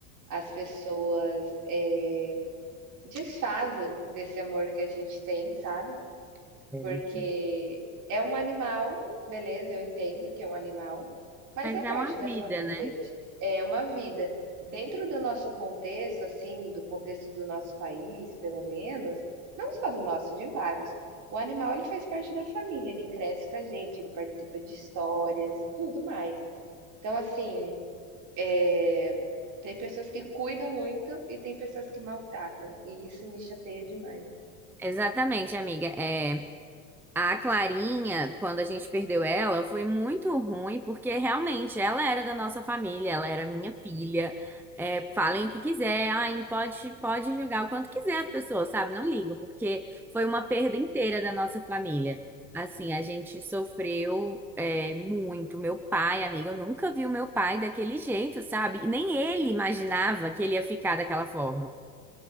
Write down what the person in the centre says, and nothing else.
É.
Mas
é uma vida,
né?
Exatamente, amiga. É, A Clarinha, quando a gente perdeu ela, foi muito ruim, porque realmente ela era da nossa família, ela era minha filha. É, falem o que quiser, ai, pode, pode julgar o quanto quiser as pessoas, sabe? Não ligo, porque foi uma perda inteira da nossa família. Assim, a gente sofreu, é, muito. Meu pai, amiga, eu nunca vi o meu pai daquele jeito, sabe? E nem ele imaginava que ele ia ficar daquela forma.